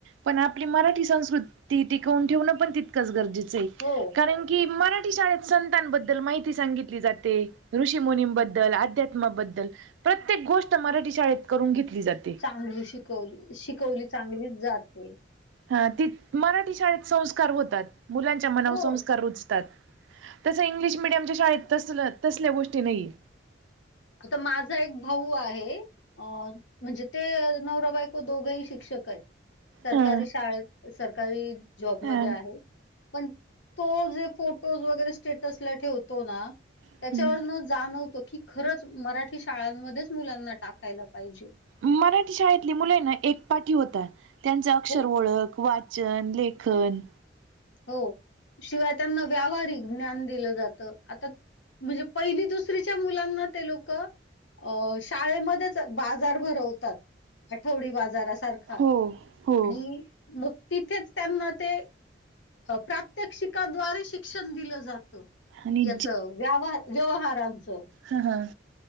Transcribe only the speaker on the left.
हो,
चांगली शिकवली, शिकवली चांगलीच, जाते.
हो.
आता, माझा एक भाऊ आहे. अ म्हणजे, ते नवरा बायको, दोघही शिक्षक य. सरकारी
शाळेत, सरकारी जॉबमध्ये
आहे. पण, तो जे फोटोज वगैरे, स्टेटस ला ठेवतो ना,
त्याच्यावरनच जाणवतो, की खरंच मराठी शाळांमध्येच, मुलांना टाकायला पाहिजे.
हो,
हो, शिवाय त्यांना व्यावहारिक, ज्ञान दिलं जातं, आता म्हणजे पहिली दुसरीच्या मुलांना, ते लोकं अ शाळेमध्येच, बाजार भरवतात, आठवडी बाजारासार
आणि मग तिथेच, त्यांना ते प्रात्यक्षिकाद्वारे, शिक्षण दिलं जातं,
याच व्यावहार व्यवहारांचं